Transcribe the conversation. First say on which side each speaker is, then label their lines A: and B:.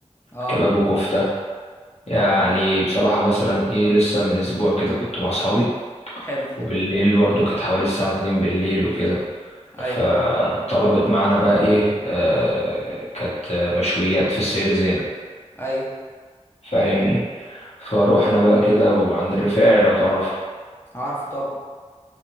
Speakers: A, on the left (about 20°); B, on the left (about 60°).
A: اه
B: كباب وكفته يعني
A: اه
B: بصراحه مثلا ايه لسه من اسبوع كده كنت مع اصحابي
A: حلو
B: وبالليل برضو كانت حوالي الساعه 2 بالليل وكده
A: ايوه
B: فطلبت معانا بقى ايه آه كانت مشويات في السيده زينب
A: ايوه
B: فاهمني فروحنا بقى كده وعند الرفاعي لو تعرفه
A: عارفه طبعا